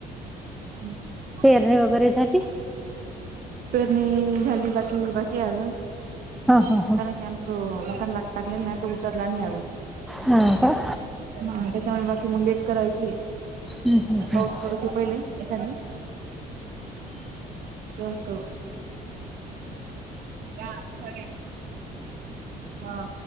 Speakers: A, on the right; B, in the centre.
A: हम्म
B: पेरणे वगैरे झाले?
A: पेरणी झाली बाकी बाकी आजून
B: हा हा
A: कारण
B: हा.
A: की आ हो व लागताले ना नाही त उतरला नाही आजून
B: हा का
A: हा त्याच्यामुळे बाकी मग लेट करायची
B: हं हं हं
A: पाऊस
B: हं.
A: पडू देत पहिले एखादी तेव करू ह हा